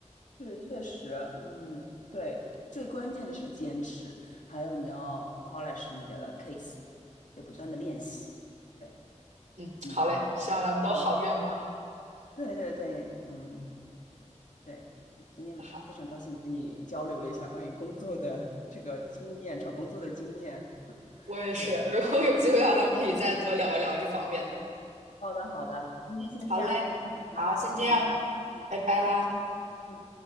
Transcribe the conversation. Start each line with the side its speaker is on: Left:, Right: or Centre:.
Left: 是，确实，嗯，对，最关键的是坚持，还有你要 polish 你的 case，要不断的练习。对，
Right: 嗯，
Left: 嗯，
Right: 好嘞，希望咱们都好运吧。
Left: 好，对对对，嗯，对，今天非常高兴跟你交流了一下关于工作的这个经验，
Right: 那好，
Left: 找工作的经验。<laughs>
Right: 我也是，
Left: 对。
Right: 如果有机会的话，咱们可以再多聊一聊这方面的。
Left: 好的，好的，今天先这样。
Right: 嗯好嘞，
Left: 嗯，
Right: 好，
Left: 好，
Right: 先这样，
Left: 嗯嗯，
Right: 拜拜啦。
Left: 再见。嗯。